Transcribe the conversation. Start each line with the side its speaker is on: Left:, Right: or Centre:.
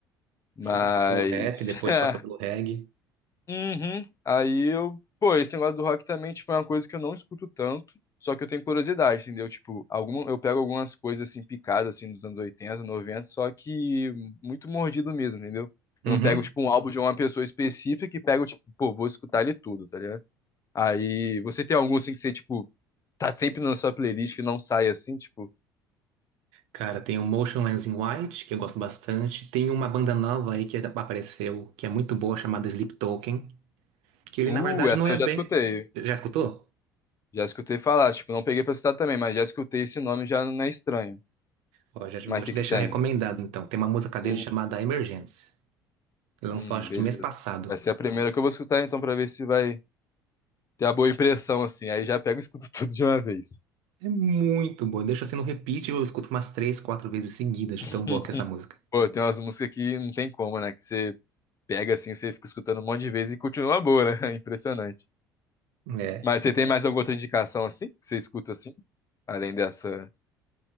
Left: Mas
Right: Você passou pelo rap, depois
Left: <laughs>
Right: passou pelo reggae.
Left: Uhum. Aí eu, pô, esse negócio do rock também, tipo, é uma coisa que eu não escuto tanto, só que eu tenho curiosidade, entendeu? Tipo, alguma, eu pego algumas coisas assim picadas assim dos anos 80 90 só que muito mordido mesmo, entendeu? Eu
Right: Uhum.
Left: não pego tipo um álbum de uma pessoa específica e pego tipo, pô, vou escutar ele tudo, tá ligado? Aí você tem algum assim que você tipo tá sempre na sua playlist e não sai assim, tipo,
Right: Cara, tem o Motionless in White, que eu gosto bastante. Tem uma banda nova aí que apareceu, que é muito boa, chamada Sleep Token, que ele
Left: uh,
Right: na verdade
Left: essa
Right: não é
Left: eu
Right: bem.
Left: já escutei.
Right: Já escutou?
Left: Já escutei falar, tipo, não peguei pra citar também, mas já escutei esse nome já não é estranho.
Right: Ó, já te-
Left: Mas
Right: vou
Left: o
Right: te
Left: que que
Right: deixar
Left: tem?
Right: recomendado então. Tem uma música dele
Left: Hum.
Right: chamada Emergence. Ele lançou
Left: Hum,
Right: acho
Left: beleza.
Right: que mês passado.
Left: Vai ser a primeira que eu vou escutar então pra ver se vai ter a boa impressão assim. Aí já pego e escuto <laughs> tudo de uma vez.
Right: É muito boa. Deixa assim no repeat, eu escuto umas três, quatro vezes seguidas
Left: <laughs>
Right: de tão boa que é essa música.
Left: Pô, tem umas músicas que não tem como, né? Que você pega assim, você fica escutando um monte de vezes e continua boa, né? <laughs> É impressionante.
Right: É.
Left: Mas você tem mais alguma outra indicação assim? Que você escuta assim? Além dessa